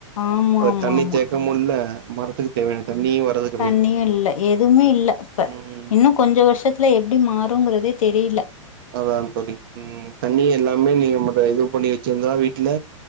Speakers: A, on the left (about 80°); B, on the right (about 45°).
A: ஆமா
B: ஒரு
A: ஆமா
B: தண்ணி
A: ஆமா
B: தேக்கமு இல்ல மரத்துக்கு தேவையான தண்ணியு வரதுக்
A: தண்ணியு இல்ல எதுமே இல்ல இப்ப
B: ம்
A: இன்னு கொஞ்ச வருஷத்துல எப்டி மாறு தூங்கறதே தெரில
B: அதா தோழி தண்ணி ம் தண்ணி எல்லாமே நீங்க இது பண்ணி ருந்தா வீட்ல